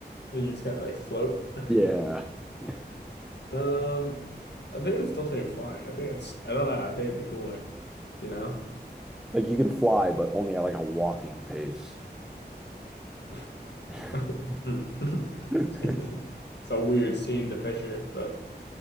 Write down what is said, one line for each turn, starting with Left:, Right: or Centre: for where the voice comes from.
Left: You just kind of like float. <laughs>
Centre: Yeah. <laughs>
Left: Um, I think I'm still taking flying. I think it's, I don't know. I think it'd be cooler, you know?
Centre: Like you can fly, but only at like a walking pace.
Left: <laughs>
Centre: <laughs> I
Left: Hmm. <laughs>
Centre: don't
Left: It's a weird scene to picture, but